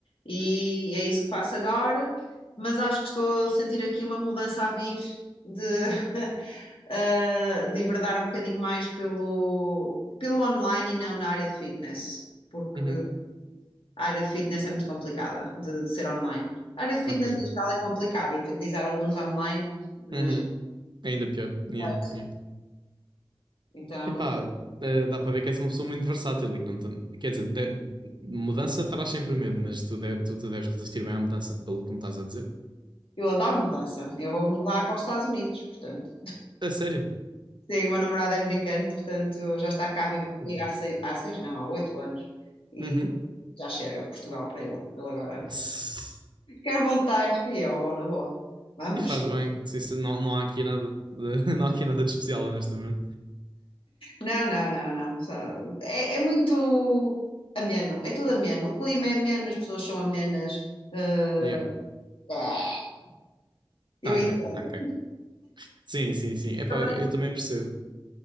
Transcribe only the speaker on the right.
uhum,
ok.
Uhum,
ainda pior. Yeah,
yeah.
Epá, eh, dá para ver que és uma pessoa muito versátil e que não tem... Quer dizer, de- mudança traz sempre medo, mas tu, de- tu, tu deves resistir bem à mudança, pelo que tu me estás a dizer.
A sério?
Uhum.
Uhum.
Tss.
E faz bem. Sim, sim, não, não há aqui nada de, <laughs> não há aqui nada de especial, honestamente.
Yeah.
Ok,
ok. Sim, sim, sim. Epá,
eu também percebo.